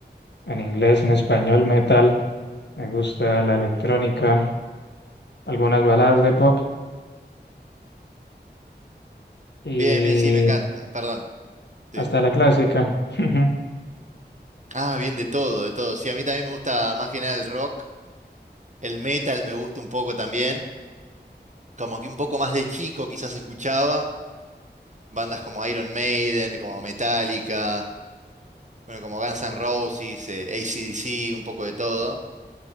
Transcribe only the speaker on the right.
Bien, bien, sí, me encanta. P- Perdón. sí.
Ah, bien, de todo, de todo. Sí, a mí también me gusta más que nada el rock. El metal me gusta un poco también. Como que un poco más de chico quizás escuchaba. Bandas como Iron Maiden, como Metallica, bueno, como Guns N' Roses, eh, AC/DC, un poco de todo.